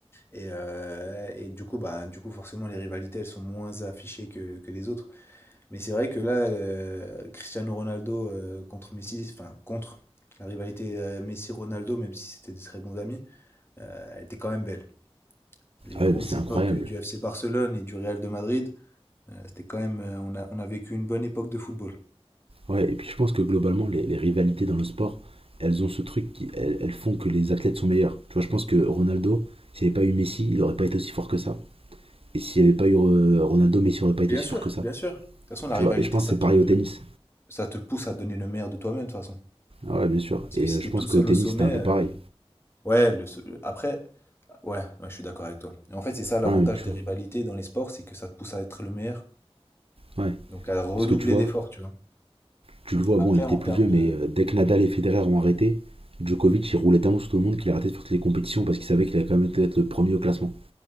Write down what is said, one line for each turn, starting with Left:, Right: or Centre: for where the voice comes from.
Left: Et, euh, et du coup, bah, du coup, forcément, les rivalités, elles sont moins affichées que, que les autres. Mais c'est vrai que là, euh, Cristiano Ronaldo euh, contre Messi, enfin contre la rivalité euh, Messi-Ronaldo, même si c'était des très bons amis, euh, elle était quand même belle. Les
Right: Ouais,
Left: grosses
Right: mais c'était
Left: époques
Right: incroyable.
Left: du FC Barcelone et du Real de Madrid, euh, c'était quand même, euh, on a, on a vécu une bonne époque de football.
Right: Ouais, et puis je pense que globalement, les, les rivalités dans le sport, elles ont ce truc qui. Elles, elles font que les athlètes sont meilleurs. Tu vois, je pense que Ronaldo, s'il n'y avait pas eu Messi, il n'aurait pas été aussi fort que ça. Et s'il n'y avait pas eu euh, Ronaldo, Messi n'aurait pas été
Left: Bien
Right: aussi
Left: sûr,
Right: fort que ça.
Left: bien sûr. De toute façon, la
Right: Tu
Left: rivalité,
Right: vois, et je pense
Left: ça
Right: que c'est
Left: te,
Right: pareil au tennis.
Left: ça te pousse à donner le meilleur de toi-même, de toute façon.
Right: Ah Ouais, bien sûr.
Left: Parce
Right: Et
Left: que
Right: euh,
Left: si t'es
Right: je pense
Left: tout
Right: qu'au
Left: seul
Right: tennis,
Left: au sommet,
Right: c'était un peu
Left: euh,
Right: pareil.
Left: ouais, le, se- après, ouais, ouais, je suis d'accord avec toi. Et en fait, c'est ça l'avantage
Right: Hein, mais tu
Left: des
Right: vois.
Left: rivalités dans les sports, c'est que ça te pousse à être le meilleur,
Right: Ouais.
Left: donc à redoubler
Right: Parce que tu vois,
Left: d'efforts, tu vois.
Right: tu le vois,
Left: Après,
Right: bon, il était
Left: en
Right: plus
Left: termes
Right: vieux,
Left: de...
Right: mais euh, dès que Nadal et Federer ont arrêté, Djokovic, il roulait tellement sur tout le monde qu'il a arrêté de faire toutes les compétitions parce qu'il savait qu'il allait quand même être le premier au classement.